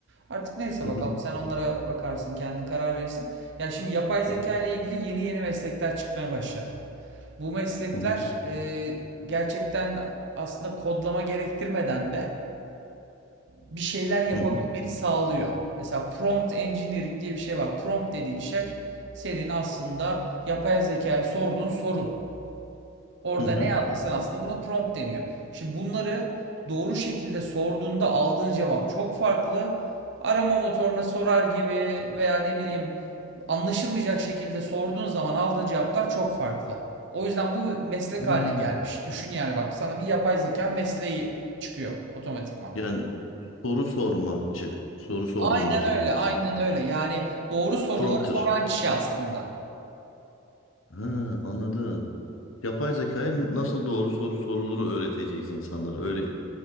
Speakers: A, on the right (about 60°); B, on the left (about 80°).
A: Artık neyse
B: Hı
A: bakalım
B: hı
A: sen onlara bakarsın kendin karar verirsin. Ya şimdi yapay zeka
B: hı hı
A: ile ilgili yeni yeni meslekler çıkmaya başladı. Bu meslekler
B: hı hı
A: e, gerçekten aslında kodlama gerektirmeden de bir şeyler yapabilmeni
B: hı hı.
A: sağlıyor. Mesela prompt engineering diye bir şey var. Prompt dediğin şey senin aslında yapay zekaya sorduğun soru. Orada
B: hı hı.
A: ne yazdıysan aslında buna prompt deniyor. Şimdi bunları doğru şekilde sorduğunda aldığın cevap çok farklı. Arama motoruna sorar gibi veya ne bileyim anlaşılmayacak şekilde sorduğun zaman aldığın cevaplar çok farklı. O yüzden bu meslek
B: Hmm.
A: haline gelmiş. Düşün yani bak sana bir yapay zeka mesleği çıkıyor otomatikman.
B: Yani soru sormacı, soru sordurmacı
A: Aynen öyle,
B: gibi
A: aynen
B: bir şey.
A: öyle. Yani doğru soruları
B: Prompter.
A: soran kişi aslında.
B: Ha, anladım. Yapay zekaya nasıl doğru soru soruluru öğreteceğiz insanlara. Öyle